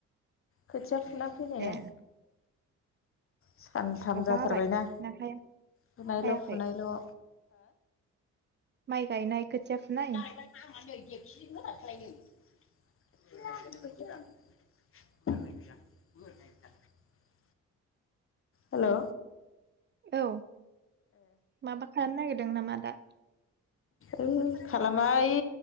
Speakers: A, on the left; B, on the right.
A: खोथिया फुना फैनाया
B: ए
A: सानथाम
B: अखा
A: जाथारबायना।
B: हाबाय ना हाया
A: फुनायनायल'
B: हायाखै
A: फुनायल' हो।
B: माइ गायनाय। खोथिया
A: <inaudible>
B: फुनाय
A: <inaudible> हेलौ।
B: औ माबा खालामनो नागिरदों नामा दा।
A: ओइ खालामा ओ